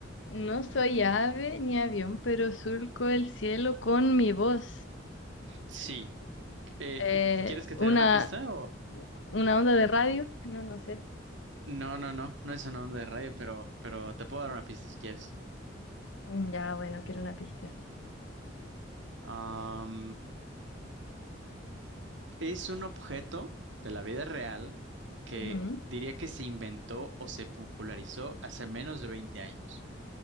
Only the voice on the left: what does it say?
No soy ave ni avión, pero surco el cielo con mi voz.
Eh,
una,
una onda de radio, no, no sé.
Mm, Ya, bueno, quiero una pista.
Ujú.